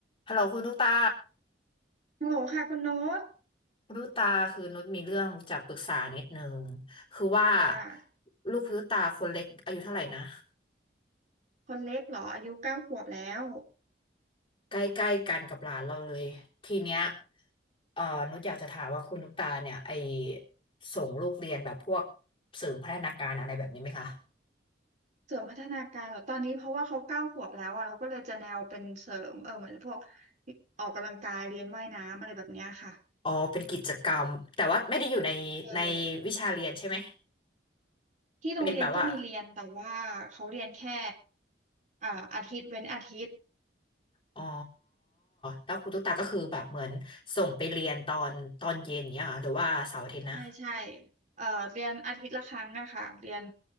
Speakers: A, on the left (about 30°); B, on the right (about 40°).
A: ฮัลโหลคุณตุ๊กตา
B: ฮัลโหลค่ะคุณโน้ต
A: คุณตุ๊กตาคือนุชมีเรื่องจะปรึกษานิดนึงคือว่า
B: ค่ะ
A: ลูกคุณตุ๊กตาคนเล็กอายุเท่าไหร่นะ
B: คนเล็กเหรออายุเก้าขวบแล้ว
A: ใกล้ๆกันกับหลานเราเลยทีเนี้ยเอ่อนุชอยากจะถามว่าคุณตุ๊กตาเนี่ยไอส่งลูกเรียนแบบพวกสื่อพัฒนาการอะไรแบบนี้ไหมคะ
B: เสริมพัฒนาการเหรอตอนนี้เพราะว่าเขาเก้าขวบแล้วอะเราก็เลยจะแนวเป็นเสริมเออเหมือนพวกออกกำลังกายเรียนว่ายน้ำอะไรแบบเนี้ยค่ะ
A: อ๋อเป็นกิจกรรมแต่ว่าไม่ได้อยู่ในในวิชาเรียนใช่ไหม
B: เออที่โรงเรียนก็มีเรียนแต่ว่าเขาเรียนแค่
A: เป็นแบบว่า
B: อ่าอาทิตย์เว้นอาทิตย์
A: อ๋อแล้วคุณตุ๊กตาก็คือแบบเหมือนส่งไปเรียนตอนตอนเย็นเนี้ยเหรอหรือว่าเสาร์อาทิตย์นะ
B: ใช่ใช่เอ่อเรียนอาทิตย์ละครั้งอะค่ะเรียน